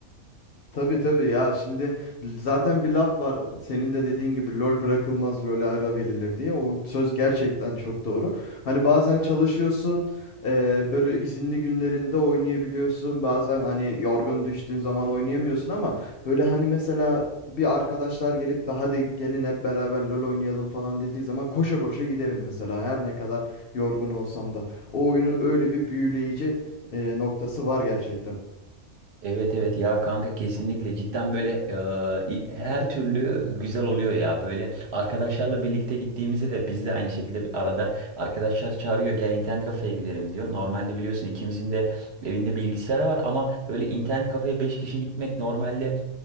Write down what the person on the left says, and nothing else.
Tabii tabii ya şimdi zaten bir laf var senin de dediğin gibi lol bırakılmaz lole ara verilir diye o söz gerçekten çok doğru. Hani bazen çalışıyorsun eee, böyle izinli günlerinde oynayabiliyorsun bazen hani yorgun düştüğün zaman oynayamıyorsun ama böyle hani mesela bir arkadaşlar gelip de hadi gelin hep beraber lol oynayalım falan dediği zaman koşa koşa giderim mesela her ne kadar yorgun olsam da. O oyunun öyle bir büyüleyici eee, noktası var gerçekten.